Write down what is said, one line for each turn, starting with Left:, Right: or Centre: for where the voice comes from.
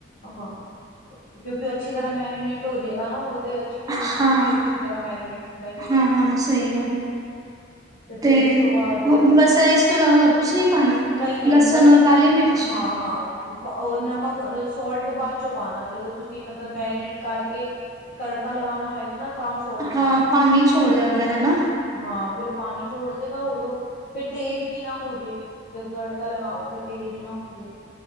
Left: ਹਾਂ। ਕਿਉਂਕਿ ਅੱਛ ਤਰ੍ਹਾਂ ਮੈਰੀਨੇਟ ਹੋ ਜਿਹੜਾ ਨਾ ਉਹ ਚਿਕਨ
Right: ਹਾਂ,
Left: ਦੇ ਅੰਦਰ ਵੀ ਅੱਛੀ ਤਰ੍ਹਾਂ ਮੈਰੀਨੇਟ ਮੈਰੀਨੇਸ਼ਨ
Right: ਹਾਂ-ਹਾਂ
Left: ਹੋ ਜਾਏਗੀ।
Right: ਸਹੀ ਗੱਲ ਹੈ
Left: ਫਿਰ
Right: ਤੇ
Left: ਉਸ ਤੋਂ ਬਾਅਦ
Right: ਬਸ ਇਸ ਤੋਂ ਇਲਾਵਾ ਹੋਰ ਕੁਛ ਨੀ ਪਾਣਾ
Left: ਨਹੀਂ-ਨਹੀਂ
Right: ਲਸਣ
Left: ਬਸ
Right: ਔਰ ਕਾਲੀ ਮਿਰਚ
Left: ਹਾਂ-ਹਾਂ ਉਹ ਨਮਕ ਸੋਲਟ ਬਾਅਦ ਚੋਂ ਪਾਉਣਾ ਜਦੋਂ ਤੁਸੀਂ ਮਤਲਬ ਮੈਰੀਨੇਟ ਕਰਕੇ ਤੜਕਾ ਲਗਾਉਣਾ ਹੋਏਗਾ ਨਾ। ਤਾਂ ਸੋਲਟ
Right: ਹਾਂ
Left: ਪਾਣਾ
Right: ਪਾਣੀ ਛੋੜ ਜਾਂਦਾ ਹਨਾ।
Left: ਹਾਂ ਫੇਰ ਉਹ ਪਾਣੀ ਛੋੜ ਜੇਗਾ ਹੋਰ ਉਹ ਫੇਰ ਤੇਜ਼ ਵੀ ਨਾ ਹੋ ਜੇ ਜਦੋਂ ਤੜਕਾ ਲਗਾਓ ਤੇ ਤੇਜ਼ ਨਾ ਹੋਜੇ।